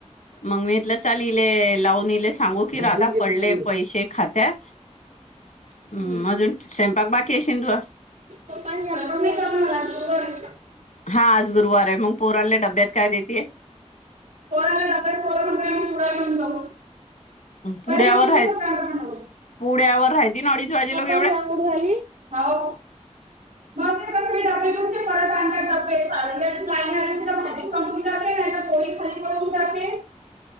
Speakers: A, on the left; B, on the right.
A: मग मी इथलं चालीले लावून इले सांगू की
B: झोपून
A: राधा
B: घेतो
A: पडले
B: पहिले
A: पैशे खात्यात,
B: हम्म.
A: हम् अजून स्वयंपाक बाकी अशीनं तुझा
B: <unintelligible>
A: <inaudible>
B: आहे.
A: हा आज गुरुवार आहे मग पोराल्या डब्यात काय देतेय?
B: पोराला डब्यात
A: <inaudible>
B: पोरं म्हणतो आम्ही पुढे घेऊन जाऊ
A: पुड्यावर
B: बरे आम्ही तुझ्या
A: आहेत.
B: पप्पांना सांगू
A: पुड्यावर राहयती ना अडीच वाजे
B: पप्पाला
A: लोक एवढे? <inaudible>
B: उठवली हो मग ते कसं मी डबे घेऊन ते परत आणतात डबे चालल्याची लाईन आली तर भाजी संपून जाते नाही तर पोळी खाली पडून जाते